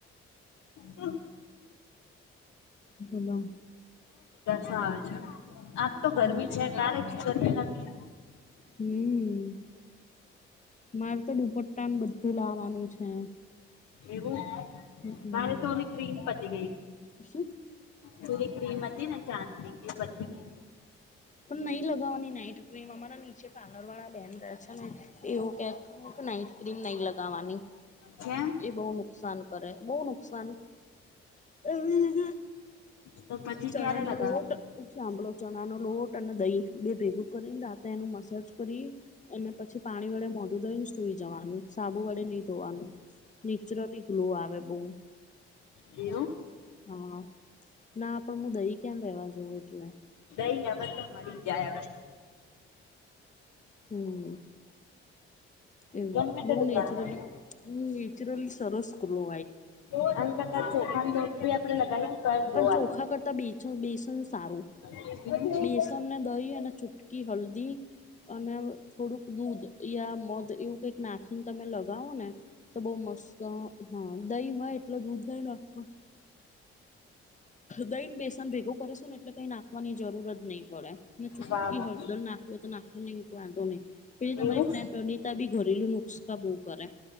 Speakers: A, on the left; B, on the left.
A: હ.
B: બોલો.
A: સાવ છે. આજ તો ગરમી
B: હમ
A: છે કલે એટલી ગરમી નથી.
B: હમ મારે તો દુપટ્ટાનું બધું લાવવાનું છે.
A: એવું
B: હમ
A: મેરેથોન ગ્રીન પતી ગઈ.
B: શું?
A: ચૂરી ક્રીમ હતી ને ચાંદની એ બધી
B: પણ નહી લવ લેવાની નાઈટ ક્રીમ. અમારા નીચે પાલરવાળા બેન રહે છે ને એવું કે, નાઈટ ક્રીમ ન લગાવવાની.
A: કેમ
B: એ બહુ નુકસાન કરે, બહુ નુકસાન એવી કે
A: તો પછી
B: ચણાનો
A: ક્યારે લગાવવાની
B: લોટ સાભલો ચ ચણાનો લોટ અને દહીં ભેગું કરીને રાતે એનું મસાજ કરી અને પછી પાણી વડે મોઢું દઈને સુઈ જવાનું સાબુ વડે નહી ધોવાનું, નેચરલી ગ્લો આવે બહુ
A: એ
B: હા, ના પણ હું દહી ક્યા લેવા જોઉં એટલે.
A: ઈ હવે તો મળી જાય હવે
B: હમ એવું.
A: ગમે તે
B: બહુ
A: દુકાનમાં
B: નેચરલી, નેચરલી સરસ ઞ્લો
A: આને કરતા ચોખાની રોટલી આપડે લગાવીએ ને તોય ગ્લો
B: પણ
A: આઈ
B: ચોખા કરતા બીજું બેસન સારું.
A: જાય.
B: બેસનને દહી અને ચુટકી હલ્દી અને થોડુંક દૂધ યા મધ એવું કઈક નાખીને તમે લગાવો ને તો બહુ મસ્ત હા. દહી એટલે દૂધ નઈ નાખવા દઈને બેસન ભેગું કરશોને એટલે કઈ નાખવાની જરૂર જ નહી પડે. ચુટકી
A: વાહ વાહ
B: હળદર નાખવી હોય તો નાખવા ન વાંધો નહી. પેલી તમારી
A: એવું
B: ફ્રેન્ડ રનિતા બી ઘરેલું નક <unintelligible> કરે.